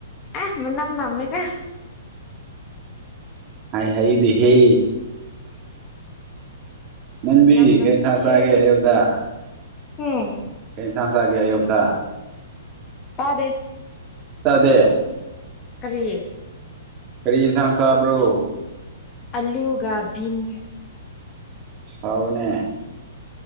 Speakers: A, on the left; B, on the right.
A: ꯑ ꯃꯅꯥꯝ ꯅꯝꯃꯦꯗ
B: ꯍꯥꯏ ꯍꯩꯗꯦ ꯍꯦ ꯃꯟꯕꯤ
A: ꯃꯅꯝ ꯅꯝꯊꯤꯌꯦ
B: ꯀꯩ ꯁꯇꯦ ꯑꯌꯣꯌꯥ
A: ꯎꯝ
B: ꯁꯥ ꯆꯒꯦ ꯌꯧꯗ
A: ꯇꯥꯗꯦ
B: ꯆꯗꯦ
A: ꯀꯔꯤꯌꯦ
B: ꯀꯔꯤ ꯏꯟꯁꯥꯡ ꯁꯥꯕ꯭ꯔꯣ
A: ꯑꯜꯂꯨꯒ ꯟꯁ
B: ꯑꯥꯎꯅꯦ